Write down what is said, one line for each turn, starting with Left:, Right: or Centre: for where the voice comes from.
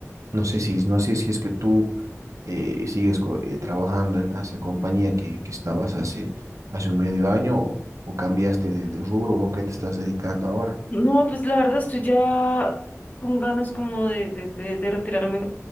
Right: No sé si, no sé si es que tú eh, sigues co- eh, trabajando en esa compañía que, que estabas hace, hace un medio año o, o cambiaste de, de rubro o a qué te estás dedicando ahora.
Left: No, pues la verdad estoy ya con ganas como de, de, de, de retirarme,